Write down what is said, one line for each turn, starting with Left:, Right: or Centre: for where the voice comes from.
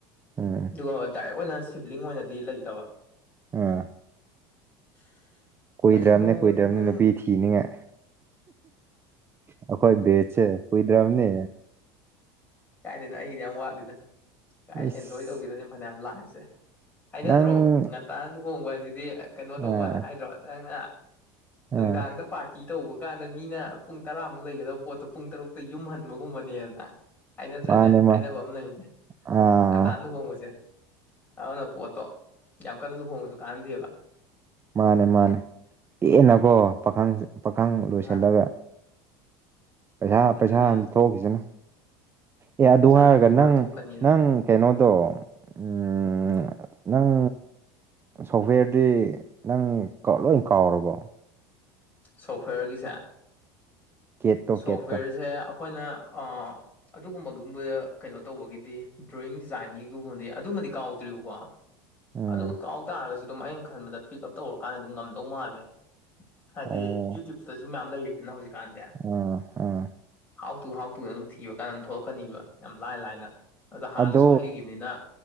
Right: ꯎꯝ
Left: ꯑꯗꯨꯒ ꯗꯥꯏꯔꯦꯛ ꯑꯣꯏꯅ ꯁꯤꯕ꯭ꯂꯤꯡ ꯑꯣꯏꯅꯗꯤ ꯂꯩꯇꯕ
Right: ꯎꯝ
Left: <unintelligible>
Right: ꯀꯨꯏ ꯗꯔ꯭ꯕꯅꯦ
Left: ꯅꯣꯡꯁꯤꯅ
Right: ꯀꯨꯏꯗ <unintelligible> ꯅꯨꯄꯤ ꯊꯤꯅꯤꯉꯥꯏ ꯑꯩꯈꯣꯏ ꯕꯦꯠꯁꯦ ꯀꯨꯏꯗ꯭ꯔꯕꯅꯦ
Left: ꯀꯥꯏꯗꯅꯣ ꯑꯩꯒꯤꯗꯤ ꯌꯥꯝ ꯋꯥꯠꯂꯤꯗ ꯀꯥꯏ
Right: ꯏꯁ
Left: ꯑꯦꯟꯖꯣꯏ ꯇꯧꯈꯤꯗꯣꯏꯅꯦ ꯐꯅꯌꯥꯝ ꯂꯥꯏꯐꯁꯦ ꯍꯥꯏꯅꯗ꯭ꯔꯣ
Right: ꯅꯪ
Left: ꯉꯟꯇꯥꯅ ꯂꯨꯍꯣꯡꯕ ꯍꯥꯏꯁꯤꯗꯤ ꯀꯩꯅꯣ ꯇꯧꯕꯅ
Right: ꯑꯥ
Left: ꯍꯥꯏꯗ꯭ꯔꯣ ꯅꯪꯅ
Right: ꯑꯥ
Left: ꯅꯨꯡꯗꯥꯡꯗ ꯄꯥꯔꯇꯤ ꯇꯧꯕ ꯀꯥꯟꯗ ꯃꯤꯅ ꯄꯨꯡ ꯇꯔꯥꯃꯨꯛ ꯂꯩꯒꯗꯕ ꯄꯣꯠꯇꯣ ꯄꯨꯡ ꯇꯔꯨꯛꯇ ꯌꯨꯝꯍꯟꯕꯒꯨꯝꯕꯅꯦꯅ ꯍꯥꯏꯅꯗ꯭ꯔꯅꯦ
Right: ꯃꯥꯅꯦ
Left: ꯍꯥꯏꯅꯕ
Right: ꯃꯥ
Left: ꯑꯃ ꯂꯩꯕꯅꯦ
Right: ꯑꯥ
Left: ꯉꯟꯇꯥ ꯂꯨꯍꯣꯡꯕꯁꯦ ꯑꯃꯅ ꯄꯣꯠꯇꯣ ꯌꯥꯝ ꯀꯟꯅ ꯂꯨꯍꯣꯡꯕꯁꯨ ꯀꯥꯟꯅꯗꯦꯕ
Right: ꯃꯥꯅꯦ ꯃꯥꯅꯦ ꯄꯦꯟꯅꯀꯣ ꯄꯥꯈꯪ ꯄꯥꯈꯪ ꯂꯣꯏꯁꯤꯜꯂꯒ
Left: ꯃꯥꯅꯦ
Right: ꯄꯩꯁꯥ
Left: ꯎꯝ
Right: ꯄꯩꯁꯥ
Left: ꯎꯝ
Right: ꯍꯟ ꯊꯣꯛꯈꯤꯁꯅꯨ ꯑꯦ ꯑꯗꯨ
Left: ꯄꯩꯁꯥꯁꯨ
Right: ꯍꯥꯏꯔꯒ
Left: ꯐꯅꯌꯥꯝ
Right: ꯅꯪ
Left: ꯊꯣꯛꯀꯅꯤꯗꯅ
Right: ꯅꯪ ꯍꯟ ꯀꯩꯅꯣꯗꯣ ꯎꯝ ꯅꯪ ꯁꯣꯐꯋꯦꯔꯗꯤ ꯅꯪ ꯀꯣ ꯂꯣꯏ ꯀꯥꯎꯔꯕꯣ
Left: ꯁꯣꯐꯋꯦꯌꯔꯒꯤꯁꯦ
Right: ꯀꯦꯠꯇꯣ
Left: ꯁꯣꯐꯋꯦꯔꯁꯦ
Right: ꯀꯦꯠꯇꯣ
Left: ꯑꯩꯈꯣꯏꯅ ꯑꯥ ꯑꯗꯨꯒꯨꯝꯕꯒꯨꯝꯕ ꯀꯩꯅꯣ ꯇꯧꯕꯒꯤꯗꯤ ꯗ꯭ꯔꯣꯋꯤꯡ ꯗꯤꯖꯥꯏꯟꯒꯤꯒꯨꯝꯕꯗꯤ ꯑꯗꯨꯃꯗꯤ ꯀꯥꯎꯗ꯭ꯔꯤꯕꯀꯣ
Right: ꯎꯝ
Left: ꯑꯗꯨꯒ ꯀꯥꯎ ꯇꯥꯔꯁꯨ ꯑꯗꯨꯝ ꯑꯩꯅ ꯈꯟꯕꯗ ꯄꯤꯛ ꯎꯞ ꯇꯧꯔꯀꯥꯟꯗ ꯗꯨꯝ ꯉꯝꯗꯧ ꯃꯥꯜꯂꯦ ꯍꯥꯏꯗꯤ
Right: ꯑꯣ
Left: ꯌꯨꯇ꯭ꯌꯨꯕꯇꯁꯨ ꯃꯌꯥꯝ ꯂꯩꯔꯤꯗꯅ ꯍꯧꯖꯤꯛꯀꯥꯟꯁꯦ
Right: ꯑꯥ ꯑꯥ
Left: ꯍꯥꯎ ꯇꯨ ꯍꯥꯎ ꯇꯨꯅ ꯑꯗꯨꯝ ꯊꯤꯕ ꯀꯥꯟ ꯊꯣꯛꯂꯛꯀꯅꯤꯕ ꯌꯥꯝ ꯂꯥꯏ ꯂꯥꯏꯅ ꯑꯗ ꯍꯥꯟꯅꯁꯨ
Right: ꯑꯗꯣ
Left: ꯍꯩꯈꯤꯕꯅꯤꯅ